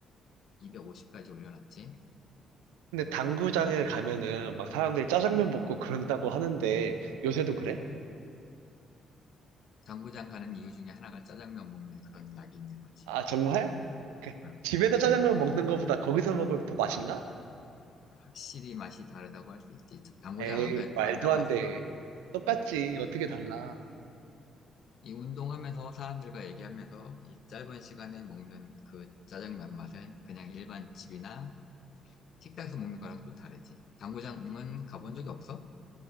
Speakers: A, on the left (about 50°); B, on the right (about 70°).
A: 250까지 올려놨지.
B: 근데 당구장을 가면은 막 사람들이 짜장면 먹고 그런다고 하는데 요새도 그래?
A: 당구장 가는 이유 중에 하나가 짜장면 먹는 그런 낙이 있는 거지.
B: 아, 정말? 그,
A: 그럼
B: 집에서 짜장면 먹는 거보다 거기서 먹으면 더 맛있나?
A: 확실히 맛이 다르다고 할 수 있지. 당구장
B: 에이,
A: 안 가, 안
B: 말도
A: 가봤어.
B: 안 돼. 똑같지. 어떻게 달라.
A: 이 운동하면서 사람들과 얘기하면서 이 짧은 시간에 먹는 그 짜장면 맛은 그냥 일반 집이나 식당에서 먹는 거랑 또 다르지. 당구장은 가본 적이 없어?